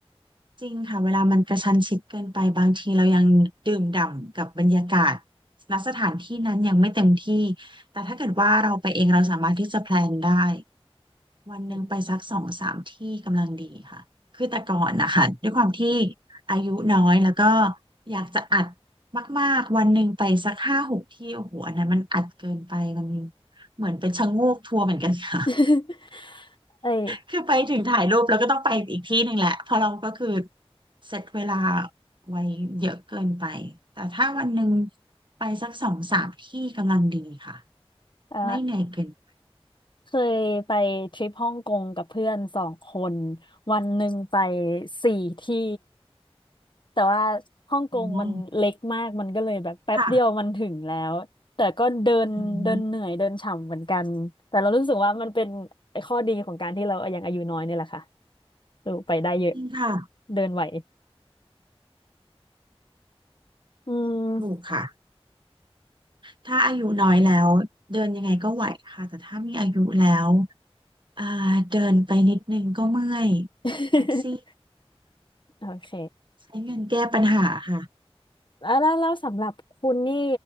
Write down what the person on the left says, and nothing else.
<laughs>
<laughs> เอ้ย
เออ
เคยไปทริปฮ่องกงกับเพื่อนสองคนวันหนึ่งไปสี่ที่แต่ว่าฮ่องกงมันเล็กมากมันก็เลยแบบแป๊บเดียวมันถึงแล้วแต่ก็เดินเดินเหนื่อยเดินฉ่ำเหมือนกันแต่เรารู้สึกว่ามันเป็นไอ้ข้อดีของการที่เรายังอายุน้อยนี่แหละค่ะ
เออไปได้เยอะ
เดินไหวอืม
<laughs>
โอเค
แล้วแล้วแล้วสำหรับคุณนี่